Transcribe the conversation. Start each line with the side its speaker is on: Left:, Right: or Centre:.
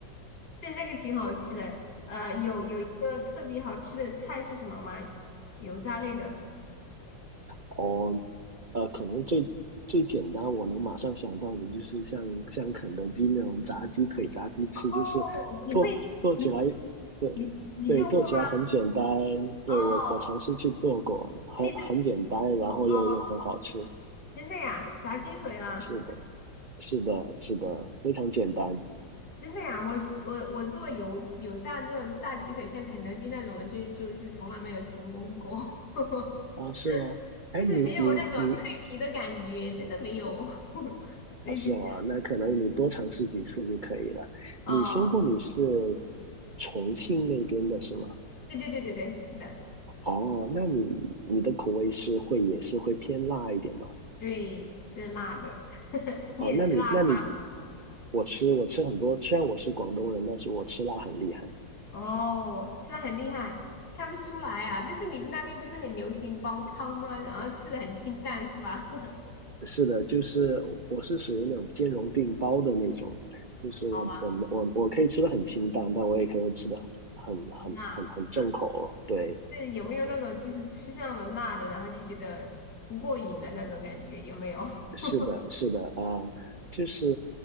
Left: 是那个挺好吃的，呃，有有一个特别好吃的菜是什么吗？油炸类的，
Right: 哦，呃，可能最最简单，我能马上想到的就是像像肯德基那种炸鸡腿、炸鸡翅，
Left: 哦，
Right: 就是做做起来，
Left: 你会你会
Right: 对
Left: 你你做过吗？
Right: 对，做起来很简单。对，
Left: 哦，
Right: 我我尝试去做过，很很简单，
Left: 那种
Right: 然后又又很好吃。
Left: 哦，真的呀，炸鸡腿啊，
Right: 是的，是的，是的，非常简单。
Left: 真的呀，我我我做油油炸那种炸鸡腿，像肯德基那种的，就就是从来没有成功过。<laughs>
Right: 啊？是吗？哎，
Left: 就是没有那种脆皮的感觉，
Right: 你你你
Left: 真的没有。<laughs> 所以就是，
Right: 哦，是吗？那可能你多尝试几次就可以了。
Left: 哦，
Right: 你说过你是重庆那边的是吗？
Left: 对对对对对，是的，
Right: 哦，那你你的口味是会也是会偏辣一点吗？
Left: 对，是辣的。<laughs> 你也吃辣
Right: 哦，那你那你我吃我吃很多，虽然我是广东人，但是我吃辣很厉害。
Left: 哦，吃辣很厉害，看不出来啊。但是你们那边不是很流行煲汤吗？然后吃的很清淡是吧？<laughs>
Right: 是的，就是我是属于那种兼容并包的那种，就是我我我我可以吃的很清淡，
Left: 好吧，
Right: 但我也可以吃的很很很很很重口。
Left: 辣辣
Right: 对，
Left: 是有没有那种就是吃上了辣的，然后就觉得不过瘾的那种感觉？有没有？
Right: 是的，
Left: <laughs>
Right: 是的啊，就是